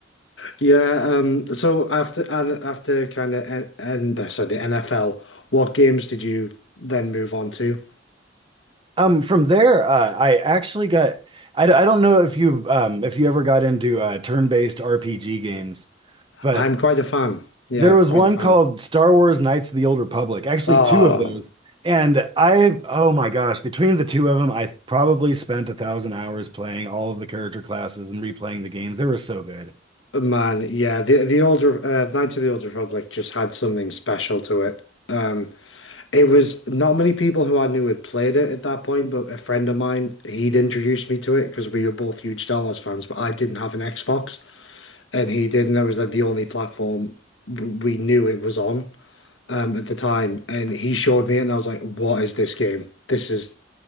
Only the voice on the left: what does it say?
Yeah. Um. So after and after kind of and so the NFL, what games did you then move on to?
I'm quite a fan. Yeah,
quite
a fan.
Oh
man, yeah. The the old Re- uh, Knights of the Old Republic just had something special to it. Um, It was not many people who I knew had played it at that point, but a friend of mine, he'd introduced me to it because we were both huge Star Wars fans, but I didn't have an Xbox and he did, and that was like the only platform w- we knew it was on um, at the time. And he showed me it and I was like, what is this game? This is